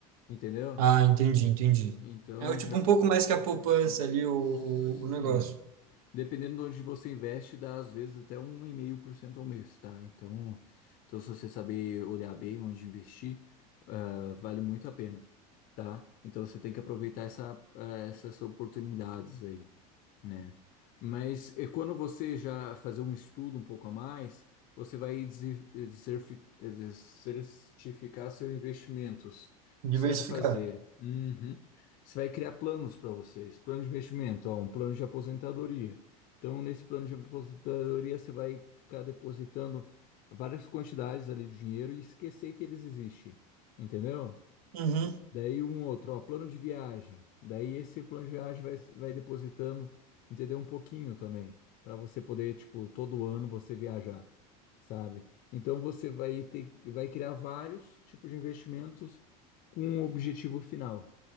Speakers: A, on the left; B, on the right.
A: entendeu?
B: Ah, entendi, entendi.
A: Então
B: É o tipo
A: já.
B: um pouco mais que a poupança ali, o,
A: Sim.
B: o negócio.
A: Dependendo de onde você investe, dá às vezes até um e meio por cento ao mês, tá? Então, então, se você saber olhar bem onde investir, ah, vale muito a pena, tá? Então, você tem que aproveitar essa, ah, essas oportunidades aí. né? Mas é quando você já fazer um estudo um pouco a mais, você vai desi- eh, cerfi- eh, certificar seus investimentos. O que
B: Diversificar.
A: você vai fazer? Uhum. Você vai criar planos para vocês. Plano de investimento, ó, um plano de aposentadoria. Então, nesse plano de aposentadoria, você vai ficar depositando várias quantidades ali de dinheiro e esquecer que eles existem. Entendeu?
B: Uhum.
A: Daí um outro, ó, plano de viagem. Daí esse plano de viagem vai, vai depositando, entendeu? Um pouquinho também, para você poder, tipo, todo ano você viajar, sabe? Então você vai ter, vai criar vários tipos de investimentos com um objetivo final,